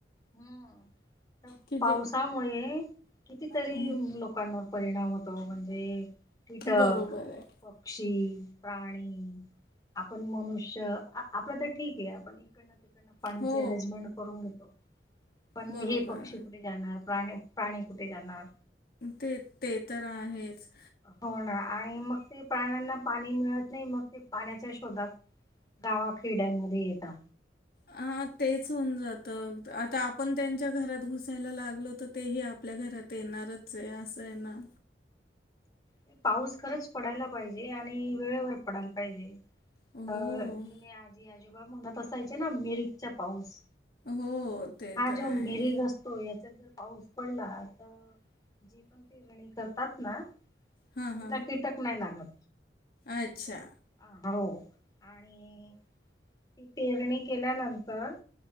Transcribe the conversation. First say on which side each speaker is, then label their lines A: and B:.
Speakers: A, on the left; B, on the left.
A: हम्म, त
B: की
A: पावसामुळे,
B: जे
A: कितीतरी
B: हं,
A: लोकांवर परिणाम होतो, म्हणजे कीटक,
B: बरोबर आहे.
A: पक्षी, प्राणी आपण मनुष्य आपलं त ठीके, आपण इकडनं तिकडनं पाणीचे
B: हो
A: अरेंजमेंट करून घेतो. पण
B: बरोबर
A: हे पक्षी कुठे जाणार, प्राणी प्राणी कुठे जाणार.
B: ते ते तर आहेच.
A: हो ना, आणि मग ते प्राण्यांना पाणी मिळत नाही, मग ते पाण्याच्या शोधात गावाखेड्यांमध्ये येता.
B: हा तेच होऊन जात, आता आपण त्यांच्या घरात घुसायला लागलो त तेही आपल्या घरात येणारचे असंये ना.
A: ह पाऊस खरंच पडायला पाहिजे, आणि वेळेवर पडायला पाहिजे.
B: हो.
A: अ जुने आजी आजोबा म्हनात असायचे ना, मिरिगचा पाऊस.
B: हो ते
A: हा
B: तर
A: जो
B: आहे.
A: मिरिग याच्यात जर पाऊस पडला त, जी पण पेरणी करतात ना, तिला
B: हां हां
A: कीटक नाही लागत.
B: अच्छा.
A: अ हो आणि, ती पेरणी केल्यानंतर,